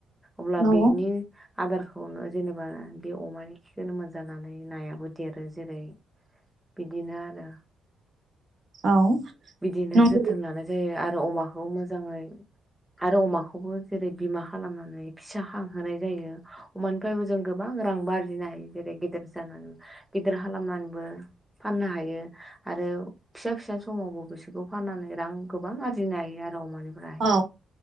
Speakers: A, in the centre; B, on the right.
A: अब्ला
B: औ
A: बिनि आदारखौनो जेनेबा बे अमानि खिखौनो मोनोजानानै नायाबो देरो जेरै बिदिनो आरो
B: औ
A: बिदिनो
B: नंगौ
A: जोथोन लानाय जायो आरो आरो अमाखौ मोजाङै आरो अमाखौबो जेरै बिमा खालामनानै फिसा खांहोनाय जायो अमानिफ्रायबो जों गोबां रां आरजिनो हायो जेरै गेदेर जानानै गेदेर खालामनानै फाननो हायो आरो फिसा फिसा समावबो बिसोरखौ फाननानै रां गोबां आरजिनो हायो आरो अमानिफ्राय
B: औ